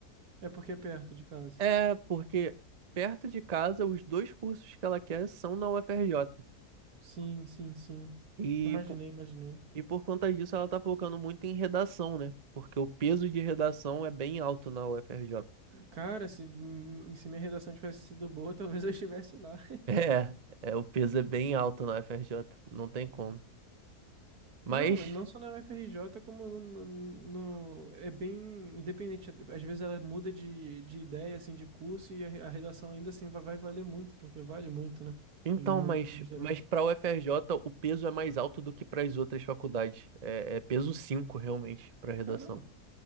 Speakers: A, on the right; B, on the right.
A: É porque é perto de casa.
B: É porque perto de casa, os dois cursos que ela quer são na UFRJ.
A: Sim, sim, sim.
B: E
A: Imaginei, imaginei.
B: E por conta disso, ela tá focando muito em redação, né? Porque o peso de redação é bem alto na UFRJ. <laughs>
A: Cara, se, hum, se minha redação tivesse sido boa, <laughs> talvez eu estivesse lá.
B: É, é, o peso é bem alto na UFRJ, não tem como. Mas,
A: Não, mas não só na UFRJ, como no, no- no- É bem independente. Às vezes ela muda de, de ideia, assim, de curso, e a, a redação ainda assim vai, vai valer muito, porque vale muito, né?
B: então,
A: Em- No,
B: mas,
A: no geral.
B: mas para a UFRJ o peso é mais alto do que para as outras faculdades. É, é peso 5 realmente, para redação.
A: Caramba.